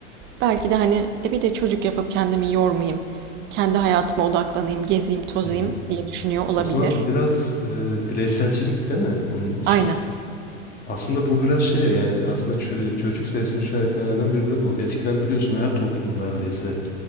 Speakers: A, on the right (about 30°); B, on the left (about 25°).
A: Belki de hani e bir de çocuk yapıp kendimi yormayayım, kendi hayatıma odaklanayım, gezeyim, tozayım
B: Hmm.
A: diye düşünüyor olabilir.
B: O zaman biraz e, bireyselcilik değil mi bunun için?
A: Aynen.
B: Aslında bu biraz şey yani aslında çö- çocuk sayısını düşen etmenlerden biri de bu. Eskiden biliyorsun her toplum neredeyse